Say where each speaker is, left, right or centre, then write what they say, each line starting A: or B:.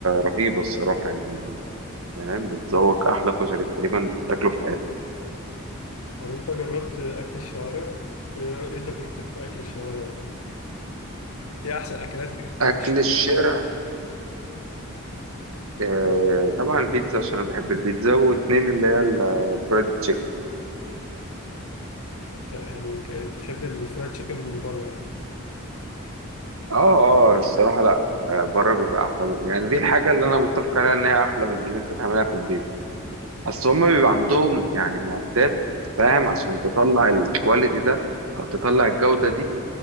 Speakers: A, on the right; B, on the left.
A: رهيبة الصراحة يعني فاهم بتذوق أحلى كشري تقريبا تاكله في حياتك
B: طب انت جربت اكل الشوارع ايه إيه تجربتك في اكل الشوارع وكده ايه احسن اكلات اكلتها
A: أكل
B: من الشوارع
A: الشارع آه طبعا البيتزا عشان أنا بحب البيتزا واتنين اللي هي ال- الفرايد تشيكن
B: يعني ك- بتحب الفرايد تشيكن من بره يعني
A: اه اه الصراحة لا آه، بره بيبقى احلى يعني دي الحاجة اللي انا متفق عليها ان هي احلى من اللي انت تعملها في البيت اصل هما بيبقى عندهم يعني معدات فاهم عشان تطلع الكواليتي ده او تطلع الجودة دي